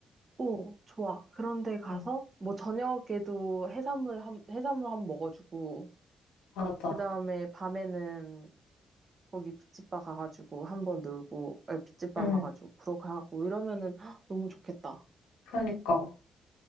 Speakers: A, on the right; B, on the left.
A: 오, 좋아. 그런데 가서,
B: 응,
A: 뭐 저녁에도 해산물 한, 해산물 한 번 먹어주고,
B: 맞아.
A: 그 다음에 밤에는 거기 빗집바 가가지고 한 번 놀고, 아니, 빗집바
B: 응,
A: 가가지고 그러고 하고 이러면은 헉, 너무 좋겠다.
B: 그러니까.